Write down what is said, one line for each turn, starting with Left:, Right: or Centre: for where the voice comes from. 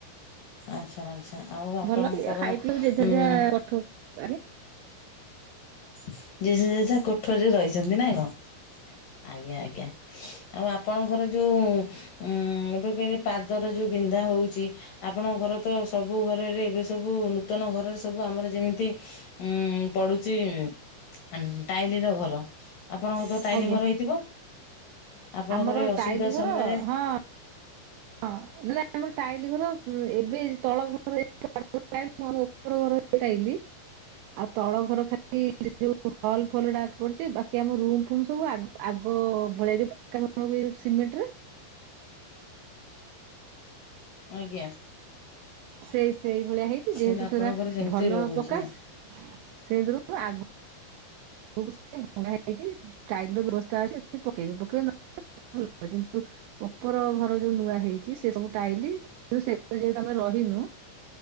Left: ଆଚ୍ଛା ଆଚ୍ଛା ଆଉ ଆପଣଙ୍କର
Right: ଭଲ ଅଛି ଖାଇ ପିଇକୁ ଜେଝା
Left: ଉଁ
Right: ଯାହା ପଠ ଆଜ୍ଞା
Left: ଯିଏ ଯେଝା ଯେଝା କୋଠରିରେ ରହିଛନ୍ତି ନାଁ କଣ?
Right: ହ <inaudible>
Left: ଆଜ୍ଞା ଆଜ୍ଞା। ଆଉ ଆପଣଙ୍କର ଯୋଉ ଉଁ ଏବେ ଫେରେ ପାଦର ଯୋଉ ବିନ୍ଧା ହଉଛି ଆପଣ ଆମ ଘର ତ ସବୁ ଘରରେ ଏବେ ସବୁ ନୂତନ ଘରରେ ସବୁ ଆମର ଯେମିତି ଉ ପଡୁଛି ଆମ୍ ଟାଇଲିର ଘର, ଆପଣଙ୍କ ତ ଟାଇଲି
Right: ଆଜ୍ଞା
Left: ଘର ହେଇଥିବ? ଆପଣଙ୍କର
Right: ଆମର
Left: ଏ ଅସୁବିଧା
Right: ଟାଇଲି ଘର
Left: ସମୟରେ
Right: ହଁ। ହଁ, ନାଇ ଆମର ଟାଇଲି ଘର ମ ଏବେ ତଳ ଘର <unintelligible> ଟାଇଲ <unintelligible> ଆମ ର ଉପର ଘର ହେଇଛି ଟାଇଲି। ଆଉ ତଳ ଘର ଖାଲି ଯୋଉ ହଲ ଫଲ ଗୁଡା ପଡିଛି ବାକି ଆମ ରୁମ ଫୁମ ସବୁ ଆଗ ଆଗ ଆଗ ଭଳି କଣ ଯୋଉ ସିମେଣ୍ଟରେ।
Left: ଆଜ୍ଞା।
Right: ସେଇ ସେଇ ଭଳିଆ ହେଇଛି ଯେହେତୁ
Left: ତାହେଲେ ଆପଣଙ୍କର
Right: ସେଇରା
Left: ସେମିତି
Right: ଭଲ
Left: ରହୁଛି
Right: ପକାଶ
Left: ନା
Right: ସେଥିରୁ ଆଗ <unintelligible> ଭଙ୍ଗା ହେଇକି ଟାଇଲ ବ୍ୟବସ୍ଥା ଅଛି ପକେଇବେ ପକେଇବେ ନ କିନ୍ତୁ ଉପର ଘର ଯୋଉ ନୂଆ ହେଇଛି ସେ ସବୁ ଟାଇଲି କିନ୍ତୁ <unintelligible> ରହି ରହି ଏ